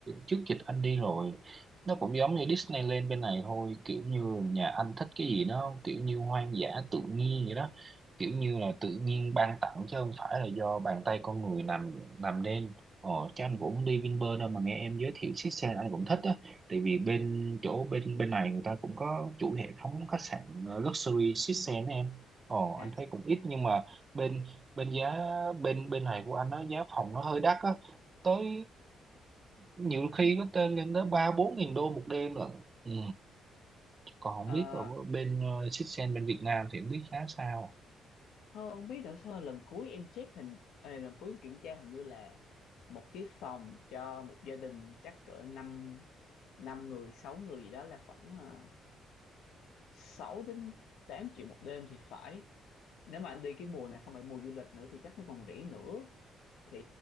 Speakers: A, on the right (about 35°); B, on the left (about 80°).
A: trước dịch anh đi rồi nó cũng giống như Disneyland bên này thôi kiểu như nhà anh thích cái gì nó kiểu như hoang dã tự nhiên vậy đó kiểu như là tự nhiên ban tặng chứ không phải là do bàn tay con người làm làm nên ờ chứ anh cũng không đi Vinpearl đâu mà nghe em giới thiệu chiếc xe anh cũng thích á tại vì bên chỗ bên bên này người ta cũng có chuỗi hệ thống khách sạn ờ, luxury chiếc xe đó em ờ
B: à,
A: anh thấy cũng ít nhưng mà bên bên giá bên bên này của anh nó giá phòng nó hơi đắt á tới nhiều khi có tên lên tới ba bốn nghìn đô một đêm lận ừ. còn không
B: ờ,
A: biết ở bên ờ, Sitsen bên Việt Nam thì không biết giá sao
B: thôi không biết nữa sao lần cuối em check hình ờ, lần cuối em kiểm tra hình như là một cái phòng cho một gia đình chắc cỡ năm năm người sáu người gì đó là khoảng uh, 6 đến 8 triệu một đêm thì phải nếu mà anh đi cái mùa này không phải mùa du lịch nữa thì chắc nó còn rẻ nữa thì